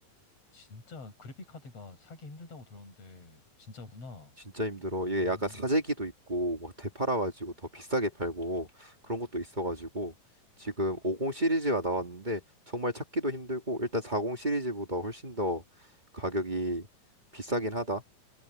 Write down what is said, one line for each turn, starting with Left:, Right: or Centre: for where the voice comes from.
Left: 진짜 그래픽 카드가 사기 힘들다고 들었는데 진짜구나.
Right: 진짜 힘들어.
Left: 음.
Right: 이게 약간 사재기도 있고 막 되팔아가지고 더 비싸게 팔고 그런 것도 있어가지고 지금 50 시리즈가 나왔는데 정말 찾기도 힘들고 일단 40 시리즈보다 훨씬 더 가격이 비싸긴 하다.